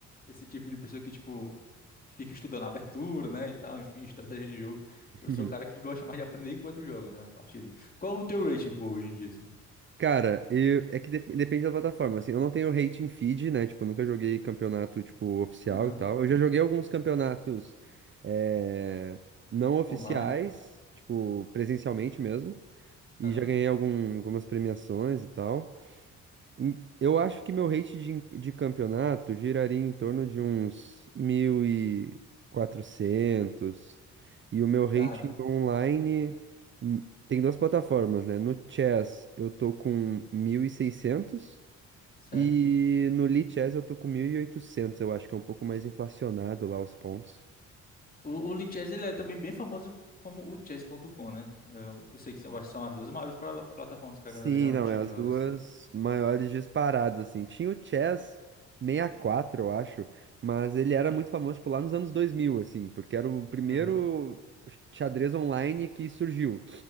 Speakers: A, on the left; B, on the right.
A: esse tipo de pessoa que, tipo, fica estudando a abertura, né, e tal, enfim, estratégia de jogo.
B: <laughs>
A: Eu sou o cara que gosta mais de aprender enquanto joga, né, na partida. Qual o teu rating, pô, hoje em dia, assim?
B: Cara, eu, é que def- depende da plataforma. Assim, eu não tenho rating feed, né? Tipo, eu nunca joguei campeonato, tipo, oficial
A: Aham,
B: e tal. Eu já joguei alguns campeonatos eh, não oficiais,
A: online,
B: tipo, presencialmente mesmo. E
A: aham,
B: já ganhei algum, algumas premiações e tal. Em- Eu acho que meu rate de, de campeonato giraria em torno de uns mil E quatrocentos e o meu rate
A: Caramba,
B: online hum, tem duas plataformas, né? No Chess eu tô com mil e seiscentos
A: certo.
B: e no Lee Chess eu tô com 1.800. Eu acho que é um pouco mais inflacionado lá os pontos.
A: O, o Lee Chess, ele é também bem famoso como o chess.com, né? Eu, eu sei que são, eu acho que são as duas maiores pra- plataformas que
B: Sim,
A: a galera realmente
B: não, é as
A: joga,
B: duas
A: assim.
B: maiores disparadas, assim. Tinha o Chess sessenta e quatro eu acho, mas ele era muito famoso, tipo, lá nos anos 2000 assim, porque era o primeiro
A: Aham.
B: xadrez online que surgiu.